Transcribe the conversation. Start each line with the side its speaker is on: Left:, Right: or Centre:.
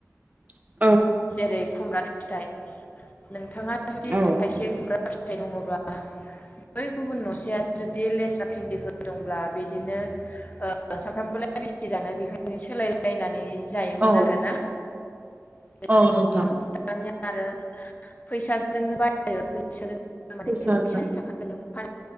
Right: <inaudible>
Left: जेरै खुमब्रा फि फिथाइ नोंथाङा जुदि
Right: औ
Left: थाइसे खुमब्रा फिथाय दङब्ला बै गुबुन नसेया जुदि लेस्रा भिन्दिफोर दंब्ला बिदिनो सानफ्रामबोलाय बेसे जानो बेखायनो सोलायलायनानै जायोमोन
Right: औ
Left: आरोना? गोदोनि
Right: औ नोंथां
Left: दिनाव दानिया आरो फैसाजोंनो बायो फैसा <unintelligible> माने
Right: फैसाजों
Left: फैसानि थाखायाव फानो।